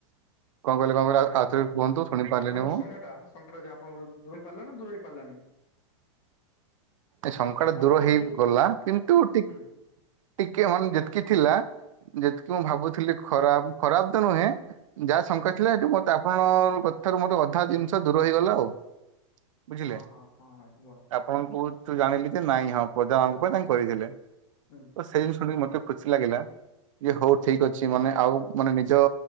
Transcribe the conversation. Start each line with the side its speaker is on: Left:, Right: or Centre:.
Right: କଣ କହିଲେ କଣ କହିଲେ ଆଉ-
Left: ଆପଣ
Right: ଆଉଥରେ କୁହନ୍ତୁ ଶୁଣି ପାରିଲିନି
Left: ଆପଣଙ୍କ
Right: ମୁଁ
Left: ସଂଖ୍ୟା ଟା ସଂଖ ଟା ଯେ ଆପଣଙ୍କ ଦୂର ହେଇ ପାରିଲା ନା ଦୂର ହେଇ ପାରିଲାନି!
Right: ଏ ଶଙ୍କାଲେ
Left: ଆପଣଙ୍କ
Right: ଦୂର ହେଇଗଲା
Left: ଯୋଉ
Right: କିନ୍ତୁ ଟିକ
Left: ହୁଁ
Right: ଟିକେ ମାନେ ଯେତିକି ଥିଲା ଯେତିକି ମୁଁ ଭାବୁଥିଲି ଖରାପ ଖରାପ ତ ନୁହେଁ ଯାହା ଶଙ୍କା ଥିଲା ଏଠୁ ମତେ ଆପଣଙ୍କ କଥାରୁ ମୋତେ ଅଧା ଜିନିଷ ଦୂର ହେଇଗଲା ଆଉ। ବୁଝିଲେ
Left: ହଁ ହଁ ହଁ
Right: ଆ- ଆପଣ କହୁ ତୁ ଜାଣିଲି ଯେ ନାଇଁ ହଁ ପ୍ରଜା ମଙ୍କ ପାଇଁ ତାଙ୍କୁ କରିଥିଲେ।
Left: ହୁଁ।
Right: ସେ ଜିନ ଶୁଣିକି ମତେ ଖୁସି ଲାଗିଲା ଯେ ହଉ ଠିକ ଅଛି ମାନେ ଆଉ ମାନେ ନିଜ